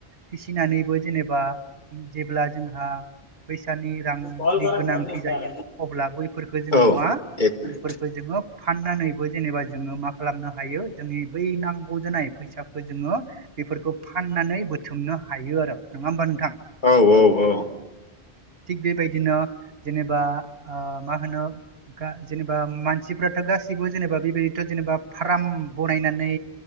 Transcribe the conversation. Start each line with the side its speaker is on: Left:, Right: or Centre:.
Right: फिसिनानैबो जेनेबा जेब्ला जोंहा फैस फिसानि रांनि
Left: औ
Right: गोनांथि जायो अब्ला बैफोरफोरखो
Left: औ
Right: जोङो
Left: औ
Right: मा
Left: एक मिनिट
Right: बैफोरफोरखो जोङो फाननानैबो जेनेबा जोङो मा खालामनो हायो जोंनि बै नांगौ जानाय फैसाखौ जोङो बेफोरखौ फाननानै बोथोमनो हायो आरो नङा ओमबा नोंथां?
Left: औ औ औ
Right: <inaudible> थिग बेबायदिनो जेनेबा ओ मा होनो जेनेबा मानसिफ्राथ' गास गासिबो जेनेबा बेबायदिथ' जेनेबा फार्म बनायनानै